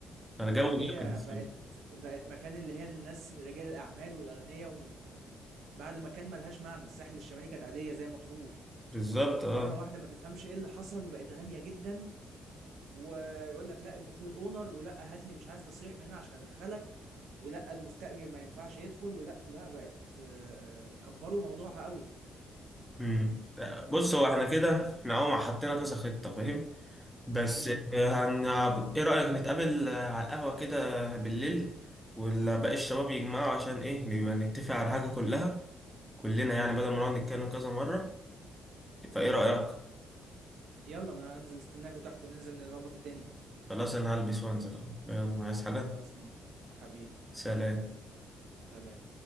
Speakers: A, in the centre; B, on the right (about 80°).
A: انا
B: لأ
A: جو
B: هي
A: جامد
B: بقت بقت مكان اللي هي الناس رجال الأعمال والأغنيا و بعد ما كان ما لهاش معنى، الساحل الشمالي كانت عادية زي مطروح،
A: بالظبط اه
B: مرّة واحدة ما تفهمش إيه اللي حصل بقت غالية جدًا، ويقول لك لأ الدخول honor ولأ هات لي مش عارف تصريح من هنا عشان أدخّلك، ولأ المستأجر ما ينفعش يدخل ولأ، لأ بقت آه، كبّروا موضوعها أوي.
A: امم بص هو احنا كده احنا اهو حطينا كذا خطه فاهم بس
B: إمم.
A: آه، هن... ايه رايك نتقابل آه، على القهوه كده بالليل ولا باقي الشباب يجمعوا عشان ايه نبقى نتفق على الحاجه كلها كلنا يعني بدل ما نقعد نتكلم كذا مره فايه رايك
B: يالّا أنا هانزل أستناكم تحت وننزل نضبّط الدنيا.
A: خلاص انا هلبس وانزل اهو يلا عايز حاجة
B: خلاص ماشي، حبيبي،
A: سلام
B: سلام.